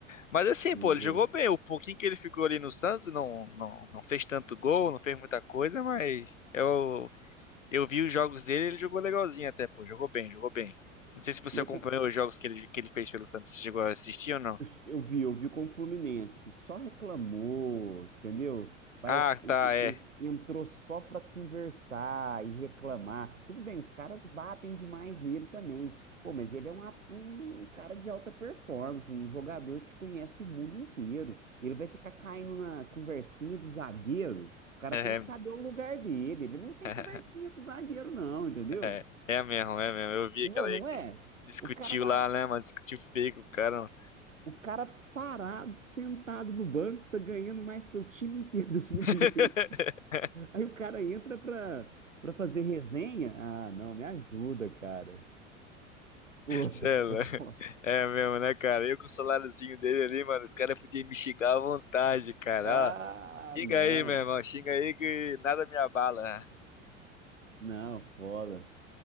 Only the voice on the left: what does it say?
Mas assim,
pô, ele jogou bem. O pouquinho que ele ficou ali no Santos não, não, não fez tanto gol, não fez muita coisa, mas é o Eu vi os jogos dele, ele jogou legalzinho até, pô. Jogou bem, jogou bem. Não sei se você
acompanhou
os jogos que ele, que ele fez pelo Santos. Você chegou a assistir ou não?
Ah,
tá,
é.
É,
<laughs>
é, é mesmo, é mesmo. Eu vi
aquela
aí que
discutiu
lá, né, mano? Discutiu feio com o cara. mano.
<laughs>
Cê
É é mesmo, né, cara? Eu com o saláriozinho dele ali, mano, os caras podiam me xingar à vontade, cara.
Ó, xinga
aí, meu irmão. Xinga aí que nada me abala.